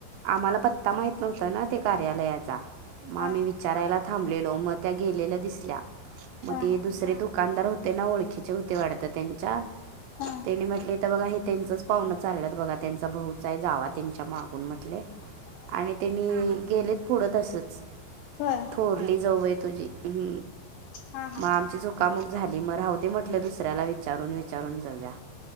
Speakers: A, on the right; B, on the left.
A: आम्हाला पत्ता माहित नव्हता ना ते कार्यालयाचा मग
B: हा
A: आम्ही वि चारायला थांबलेलो म त्या गेलेल्या दिसल्या म
B: हा
A: ते
B: हा
A: दुसरे दुकानदार हो त्यांना ओळखीच्या होते वाटत त्यांच्या.
B: हा
A: त्यानी म्हटले तर बघा हे त्यांचच पाहूणं चाललयत बघा त्यांचा भाऊच आहे जावा त्यांच्या मागून म्हटले
B: अच्छा
A: आणि त्यांनी गेलेत पुढं तसच
B: होय
A: थोरली जाऊ बाई तुझी हम
B: हा हा
A: मग आमची जाऊ कामुक झाली मग जाऊदे म्हटल दुसऱ्याला विचारून विचारून जाव्या